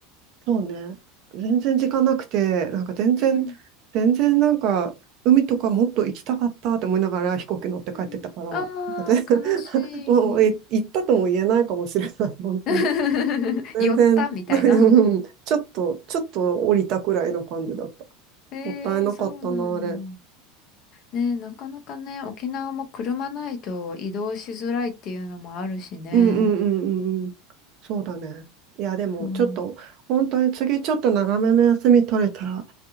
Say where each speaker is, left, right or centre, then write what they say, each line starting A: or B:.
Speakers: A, on the right; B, on the left.
A: そうね、全然時間なくて、なんか全然、
B: うん
A: 全然なんか、海とかもっと行きたかったって思いながら飛行機乗って帰ってたから、
B: うんああー、
A: なんか全 <laughs>
B: 悲しい。
A: もうい行ったとも言えないかもしれない、本当に。
B: <laughs>
A: 全然、
B: 寄ったみたいな。
A: <laughs> うん、ちょっと、ちょっと降りたくらいの感じだった。
B: <laughs> えー、
A: もったいなかったな、
B: そうなんだ。
A: あれ。
B: ね、なかなかね、沖縄も車ないと移動しづらいっていうのもあるしね。
A: うんうんうんうんうん。そうだね。いや、でも、
B: そう。
A: ちょっと、本当に次、ちょっと長めの休み取れたら、